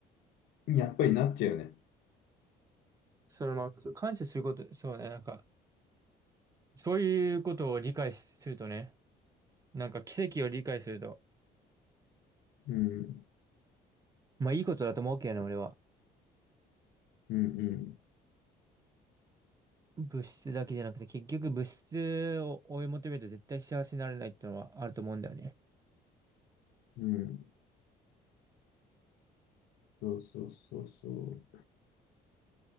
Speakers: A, on the left; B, on the right.
A: にやっぱりなっちゃうよね。
B: そのまあ、感謝すること、そうね、なんか、そういうことを理解するとね、なんか奇跡を理解すると、
A: うん、
B: まあいいことだと思うけどね、俺は。
A: うん、
B: 物質だけじゃなくて、結局物質を追い求めると絶対幸せになれないっていうのはあると思うんだよね。っ
A: うん、うん。そうそうそうそ